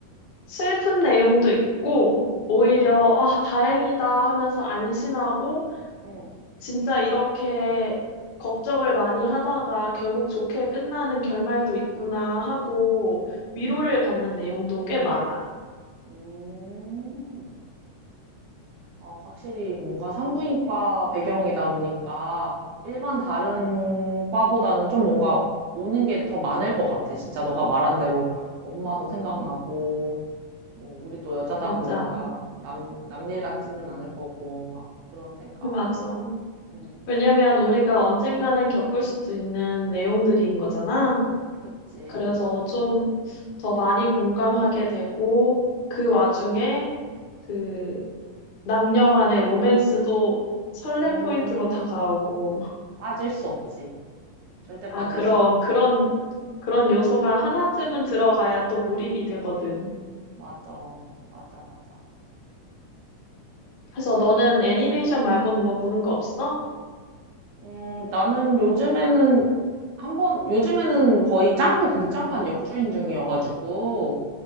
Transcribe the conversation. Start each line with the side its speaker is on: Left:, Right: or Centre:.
Left: 슬픈 내용도 있고, 오히려,
Right: 어,
Left: 아, 다행이다 하면서 안심하고,
Right: 응,
Left: 진짜 이렇게 걱정을 많이 하다가 결국 좋게 끝나는 결말도 있구나 하고, 위로를
Right: 응.
Left: 받는 내용도 꽤 많아.
Right: 음. 아, 확실히 뭔가 산부인과 배경이다 보니까 일반 다른 과보다는 좀 뭔가 오는 게 더 많을 것 같아. 진짜 너가 말한 대로 엄마도 생각나고, 뭐, 우리도 여자다
Left: 맞아.
Right: 보니까 남, 남일 같지는 않을 거고, 막 그런 생각.
Left: 맞아.
Right: 음,
Left: 왜냐면 우리가 언젠가는 겪을 수도 있는 내용들인
Right: 음,
Left: 거잖아.
Right: 그치.
Left: 그래서 좀 더 많이 공감하게 되고, 그 와중에,
Right: 음,
Left: 그, 남녀 간의 로맨스도 설렘
Right: 음,
Left: 포인트로 다가오고,
Right: 빠질 수 없지. 절대 빠질
Left: 아, 그럼
Right: 수 없지.
Left: 그런, 그런 요소가 하나쯤은 들어가야 또 몰입이 되거든.
Right: 맞아, 맞아, 맞아.
Left: 그래서 너는 애니메이션 말고는 뭐 보는 거 없어?
Right: 음, 나는 요즘에는 한 번, 요즘에는 거의 짱구 극장판 역주행 중이어가지고,